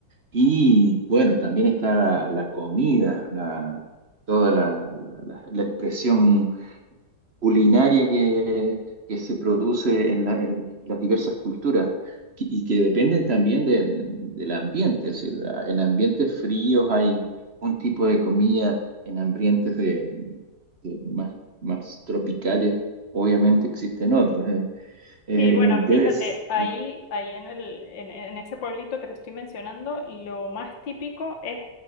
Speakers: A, on the right; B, on the left.
A: y bueno, también está la, la comida, la, toda la, la la- la expresión culinaria que, que se produce en, la- en las diversas culturas que- y que dependen también de- del ambiente. Es decir, en ambientes fríos hay un tipo de comida, en ambientes de, de más, más tropicales obviamente existen otros. eh. Eh,
B: Sí, bueno,
A: debes,
B: fíjate, ahí, ahí en el, en, en ese pueblito que te estoy mencionando, lo más típico es